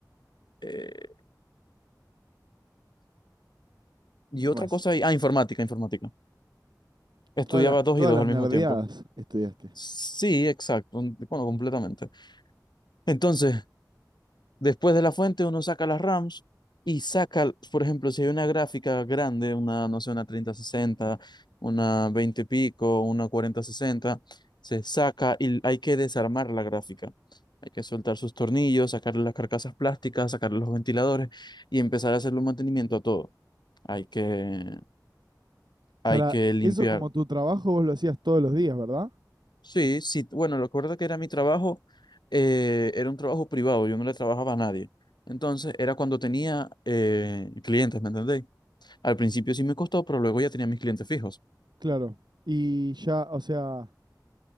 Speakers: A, on the left (about 80°); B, on the right (about 80°).
A: eh, y
B: ¿Y qué
A: otra
B: más?
A: cosa, ahí- ah, informática, informática. Estudiaba
B: Todas las,
A: dos
B: todas
A: y dos
B: las
A: al mismo
B: nerdeadas
A: tiempo.
B: estudiaste.
A: Sí, exacto, un- bueno, completamente. Entonces, después de la fuente uno saca las RAMs y saca, por ejemplo, si hay una gráfica grande, una, no sé, una treinta sesenta una 20 pico, una cuarenta sesenta se saca y hay que desarmar la gráfica. Hay que soltar sus tornillos, sacarle las carcasas plásticas, sacarle los ventiladores y empezar a hacerle un mantenimiento a todo. Hay que, hay
B: Para
A: que limpiar
B: eso como tu trabajo vos lo hacías todos los días, ¿verdad?
A: Sí, sí, bueno, lo recuerdo que era mi trabajo, eh, era un trabajo privado, yo no le trabajaba a nadie. Entonces, era cuando tenía eh, clientes, ¿me entendéis? Al principio sí me costó, pero luego ya tenía mis clientes fijos.
B: Claro. Y ya, o sea,